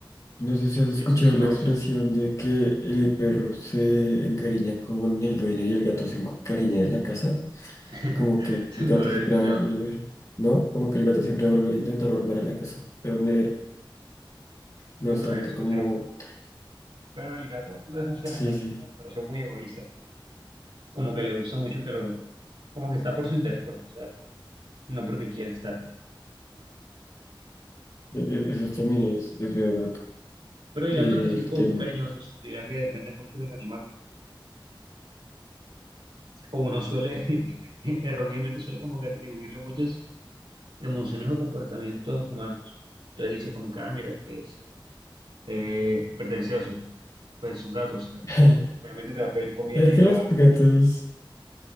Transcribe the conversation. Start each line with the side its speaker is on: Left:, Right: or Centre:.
Left: no sé si has
Right: y
Left: escuchado
Right: es- y eso, me
Left: la
Right: gusta.
Left: expresión de que el perro se encariña con el dueño y el gato se encariña de la casa.
Right: <laughs>
Left: Como que el
Right: No
Left: gato
Right: lo había
Left: siempre
Right: escuchado,
Left: va a volver, ¿no? Como que el gato siempre va a volver a intentar volver a la casa de donde era.
Right: no,
Left: No es
Right: no
Left: tanto
Right: lo había escuchado.
Left: como...
Right: Pero el gato, no no sé,
Left: Sí,
Right: me parece
Left: sí,
Right: una relación muy egoísta. Como que le gusta mucho, pero como que está por su interés propio, ¿sabes? No porque quiere estar.
Left: e- e- eso también es, es verdad.
Right: Pero hay
Left: Eh,
Right: gatos que son
Left: el
Right: como
Left: tema...
Right: muy cariñosos. Diría que depende mucho del animal. o uno suele, <laughs> erróneamente suele como que atribuirle muchas emociones o comportamientos humanos. Entonces dice como que, ah, mira, que es eh, pretencioso, pues es un gato, o sea,
Left: <laughs>
Right: obviamente te va a pedir comida
Left: Es
Right: y
Left: que
Right: va,
Left: los gatos...